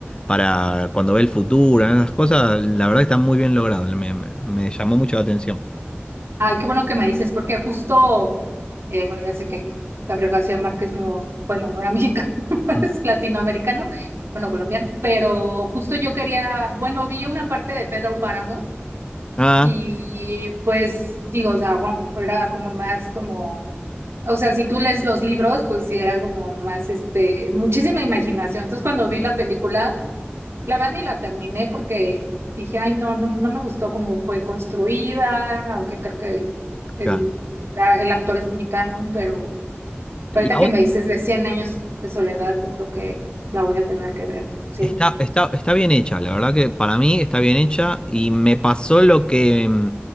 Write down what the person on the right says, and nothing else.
Ay, qué bueno que me dices, porque justo, eh, bueno, ya sé que Gabriel García Márquez no, bueno, no era mexicano, <laughs>
es latinoamericano, bueno, colombiano, pero justo yo quería, bueno, vi una parte de Pedro Páramo
Y pues digo, o sea, gua- era como más como, o sea, si tú lees los libros, pues sí era como más, este, muchísima imaginación. Entonces cuando vi
la película, la verdad ni la terminé porque dije, ay, no, no, no me gustó cómo fue construida, aunque creo que el, el,
el actor es mexicano, pero
ahorita que me dices de cien años de soledad, yo creo que la voy a tener que ver, sí.